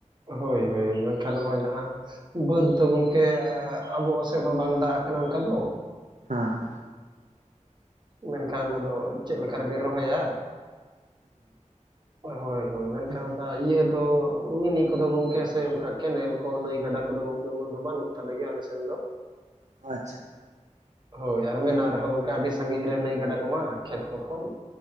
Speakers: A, on the right; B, on the right.
A: ᱦᱳᱭ ᱦᱳᱭ ᱢᱮᱱᱠᱷᱟᱱ ᱱᱚᱜᱼᱚᱭ ᱡᱟᱦᱟᱸ ᱵᱟᱹᱫ ᱫᱚ ᱜᱚᱝᱠᱮ ᱟᱵᱚᱣᱟᱜ ᱥᱮᱫ ᱦᱚᱸ ᱵᱟᱝ ᱫᱟᱜ ᱟᱠᱟᱱᱟ ᱚᱱᱠᱟ ᱫᱚ,
B: ᱦᱮᱸ,
A: ᱢᱮᱱᱠᱷᱟᱱ ᱟᱫᱚ ᱪᱮᱫ ᱞᱮᱠᱟ ᱨᱮ ᱵᱤᱱ ᱨᱚᱦᱚᱭᱟ? ᱦᱳᱭ ᱦᱳᱭ ᱦᱳᱭ ᱢᱮᱱᱠᱷᱟᱱ
B: ᱦᱮᱸ
A: ᱚᱱᱠᱟ ᱤᱭᱟᱹ ᱫᱚ ᱢᱤᱱᱤ ᱠᱚᱫᱚ ᱜᱚᱝᱠᱮ ᱥᱮ ᱚᱱᱠᱟ ᱠᱮᱱᱮᱞ ᱠᱚ ᱱᱟᱹᱭ ᱜᱟᱰᱟ ᱠᱚᱫᱚ ᱜᱚᱝᱠᱮ ᱩᱱᱟᱹᱜ ᱫᱚ ᱵᱟᱹᱱᱩᱜ ᱛᱟᱞᱮ ᱜᱮᱭᱟ ᱟᱞᱮ ᱥᱮᱱ ᱫᱚ,
B: ᱟᱪᱪᱷᱟ,
A: ᱦᱳᱭ ᱟᱨ ᱢᱮᱱᱟᱜ ᱨᱮᱦᱚᱸ ᱜᱚᱝᱠᱮ ᱟᱹᱰᱤ ᱥᱟᱺᱜᱤᱧ ᱨᱮ ᱱᱟᱹᱭ ᱜᱟᱰᱟ ᱠᱚ ᱢᱟ ᱠᱷᱮᱛ ᱠᱚ ᱠᱷᱚᱱ,